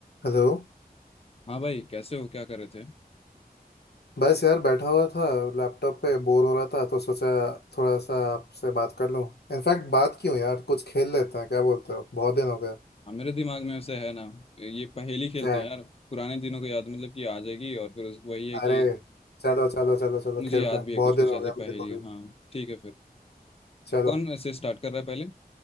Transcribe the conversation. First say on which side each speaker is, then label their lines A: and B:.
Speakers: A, on the left; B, on the left.
A: Hello
B: हाँ भाई कैसे हो क्या कर रहे थे
A: बस यार बैठा हुआ था लैपटॉप पे बोर हो रहा था तो सोचा थोड़ा सा आपसे बात कर लूं इनफैक्ट बात क्यों यार कुछ खेल लेते हैं क्या बोलते हो बहुत दिन हो गया
B: हाँ मेरे दिमाग में वैसे है ना ये पहेली खेलते
A: क्या है
B: हैं यार पुराने दिनों को याद मतलब कि आ जाएगी और फिर उस- वही है
A: अरे
B: कि
A: चलो चलो
B: और
A: चलो चलो
B: मुझे
A: खेलते
B: याद
A: हैं
B: भी है
A: बहुत
B: कुछ कुछ
A: दिन
B: ऐसे
A: हो गया
B: पहेली
A: मुझे को
B: हाँ
A: भी
B: ठीक है फिर
A: चलो
B: कौन ऐसे स्टार्ट कर रहा है पहले